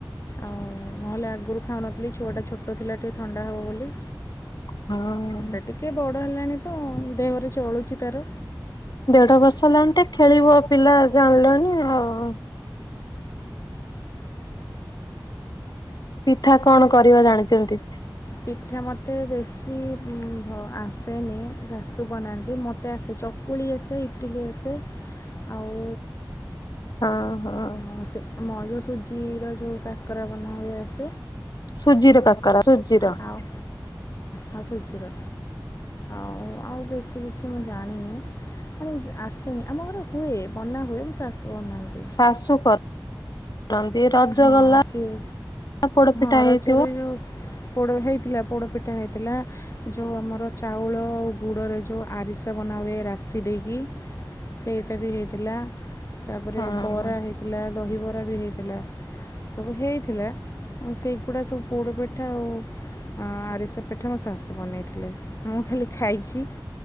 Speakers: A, on the left (about 40°); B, on the left (about 60°).
A: ଆଉ ନହେଲେ ଆଗରୁ ଖାଉନଥିଲି ଛୁଆଟା ଛୋଟ ଥିଲା ଟିକେ ଥଣ୍ଡା ହେବ ବୋଲି।
B: ହୁଁ ହୁଁ।
A: ଏବେ ଟିକେ ବଡ଼ ହେଲାଣି ତ ଦେହରେ ଚଳୁଛି ତାର।
B: ଦେଢ଼ ବର୍ଷ ହେଲାଣି ଖେଳିବ ପିଲା ଜାଣିଲାଣି ଆଉ। ପିଠା କଣ କରିବା ଜାଣିଛନ୍ତି?
A: ପିଠା ମୋତେ ବେଶୀ ଆସେନି ଶାଶୁ ବନାନ୍ତି ମୋତେ ଆସେ ଚକ ଚକୁଳି ଆସେ ଇଟିଲି ଆସେ ଆଉ
B: ହଁ ହଁ।
A: ମୋତେ ମ ଯେଉଁ ସୁଜିର ଯେଉଁ କାକରା ବନା ହୁଏ ଆସ
B: ସୁଜିର କାକରା ସୁଜିର।
A: ଆଉ ହଁ ସୁଜିର। ଆଉ ଆଉ ବେଶୀ କିଛି ମୁଁ ଜାଣିନି। ମାନେ ଆସେନି ଆମ ଘରେ ହୁଏ ବନା ହୁଏ ମୋ ଶାଶୂ ବନାନ୍ତି।
B: ଶାଶୁ କରନ୍ତି ରଜ
A: ହଁ
B: ଗଲା
A: ସିଏ
B: ପୋଡ଼ପିଠା
A: ହଁ ରଜରେ
B: ହେଇଥିବ।
A: ଯୋଉ ପୋଡ଼ ହେଇଥିଲା ପୋଡ଼ପିଠା ହେଇଥିଲା। ଯେଉଁ ଆମର ଚାଉଳ ଆଉ ଗୁଡ଼ରେ ଯେଉଁ ଆରିସା ବନାହୁଏ ରାଶି ଦେଇକି ସେଇଟା ବି ହେଇଥିଲା ତାପରେ
B: ହଁ
A: ବରା ହେଇଥିଲା ଦହିବରା ବି ହେଇଥିଲା। ସବୁ ହେଇଥିଲା ସେଇଗୁଡ଼ା ସବୁ ପୋଡ଼ପିଠା ଆଉ ଆରିଷା ପିଠା ମୋ ଶାଶୁ ବନେଇଥିଲେ ମୁଁ ଖାଲି ଖାଇଛି।